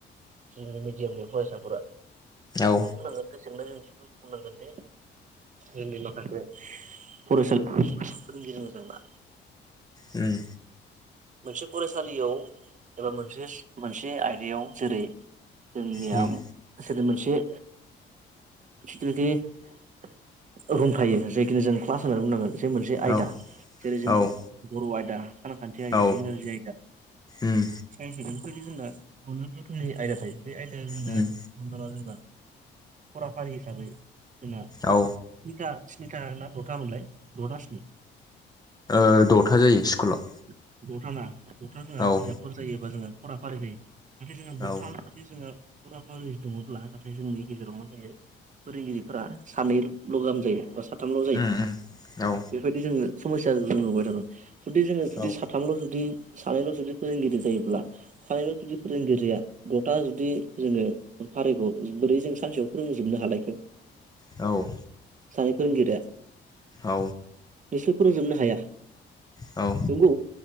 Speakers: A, on the right; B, on the left.
A: जोंनि मिडियामनि फरायसाफोरा बेखौ
B: औ
A: बुंनांगोन <unintelligible> बुंनांगोन दे जोंनि माखासे फरायसालिफोर फोरोंगिरिनि जेंना
B: ओम
A: मोनसे फरायसालियाव एबा मोनसे मोनसे आयदायाव जेरै जोंनिया
B: उम
A: सोदोब मोनसे <unintelligible> बुंफायो जायखि जों क्लास होननानै बुंनांगोन जे मोनसे आयदा
B: औ
A: जेरै जों
B: औ
A: बर' आयदा सानखान्थि आयदा
B: औ
A: इंराजि आयदा
B: उम
A: साइन्स बेफोरबायदि जोंना गुबुन रोखोमनि आयदा थायो बे आयदाया जोंना
B: उम
A: हमना ला जोंना फराफारि हिसाबै जोंहा
B: औ
A: स्निटा स्निथा ना दथामोनलाय दना स्नि
B: ओ दथा जायो स्कुलाव।
A: दथाना दथा जोंहा
B: औ
A: बिजाबफोर जायोबा जोङो फरा फारि जायो नाथाय जोंहा दथा
B: औ
A: जुदि जोङो फराफारि दङब्ला नाथाय जोंनि गेजेराव मा जायो फोरोंगिरिफोरा सानैल' गाहाम जायो बा साथामल'
B: उम
A: जायो
B: उम औ
A: बेबायदि जोङो समस्या जों नुबाय थागोन जुदि जोङो जुदि
B: औ
A: बाथ थामल' जुदि सानैल' जुदि फोरोंगिरि जायोब्ला सानैल' जुदि फोरोंगिरिया दटा जुदि जोङो फारिखौ बोरै जों सानसेयाव फोरोंजोबनो हालायखो
B: औ औ
A: सानै फोरोंगिरिया
B: औ उम
A: बिसोर फोरोंजोबनो हाया
B: औ
A: नंगौ